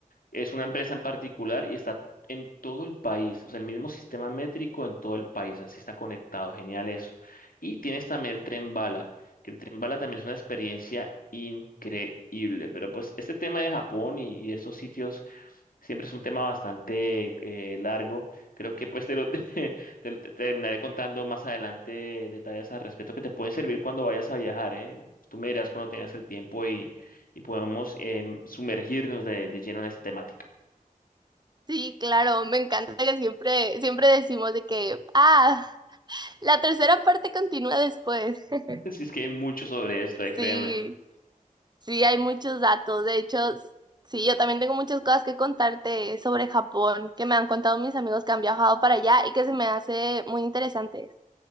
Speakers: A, on the left; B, on the right.
A: Es una empresa en particular y está en todo el país, o sea, el mismo sistema métrico en todo el país, así está conectado, genial eso. Y tienes también el tren bala, que el tren bala también es una experiencia increíble, pero pues este tema de Japón y, y estos sitios siempre es un tema bastante eh, largo, creo que pues te lo, <laughs> te lo- te terminaré contando más adelante detalles al respecto que te pueden servir cuando vayas a viajar, ¿eh? Tú me dirás cuando tengas el tiempo y podemos em, sumergirnos de, de lleno en esta temática.
B: Sí, claro, me encanta que siempre, siempre decimos de que, ah, la tercera parte continúa después. <laughs>
A: <laughs> Si es que hay mucho sobre esto, eh, créeme.
B: Sí. Sí, hay muchos datos. De hecho, sí, yo también tengo muchas cosas que contarte sobre Japón, que me han contado mis amigos que han viajado para allá y que se me hace muy interesante.